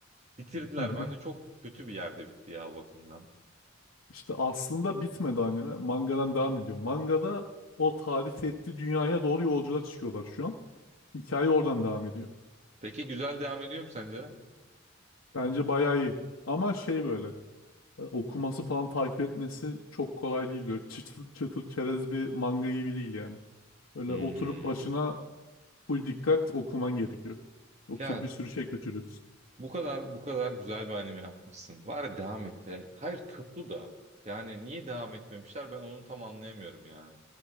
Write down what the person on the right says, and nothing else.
bitirdiler.
Bence çok kötü bir yerde bitti ya o bakımdan.
Peki güzel devam ediyor mu sence?
Hmm.
Ya
Bu kadar bu kadar güzel bir anime yapmışsın. Bari devam et. de. Hayır tuttu da. Yani niye devam etmemişler ben onu tam anlayamıyorum ya.